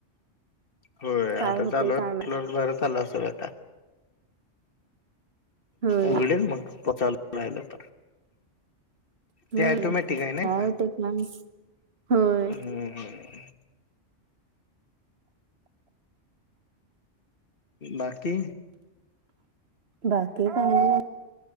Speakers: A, on the left (about 50°); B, on the right (about 55°).
A: होय
B: काय
A: आता
B: होतय
A: चालू
B: काय माहित.
A: प्लग बर चाल असल आता
B: होय
A: उघडेल मग पचायला राहिलं तर
B: हम्म
A: ते ऑटोमॅटिक आहे नाही
B: काय
A: का
B: होतय काय माहित होय.
A: हम् बाकी
B: बाकी काही नाही